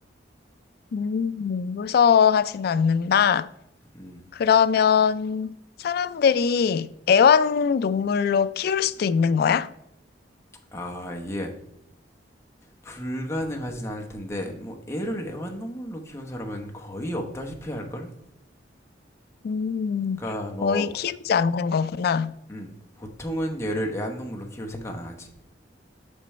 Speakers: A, on the left (about 60°); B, on the left (about 15°).
A: 음, 무서워하진 않는다.
B: 음,
A: 그러면 사람들이 애완동물로 키울 수도 있는 거야?
B: 아, 얘. 불가능하진 않을 텐데, 뭐, 애를 애완동물로 키운 사람은 거의 없다시피 할걸?
A: 음,
B: 그러니까 뭐
A: 거의 키우지 않는 거구나.
B: 음, 보통은 얘를 애완동물로 키울 생각 안 하지.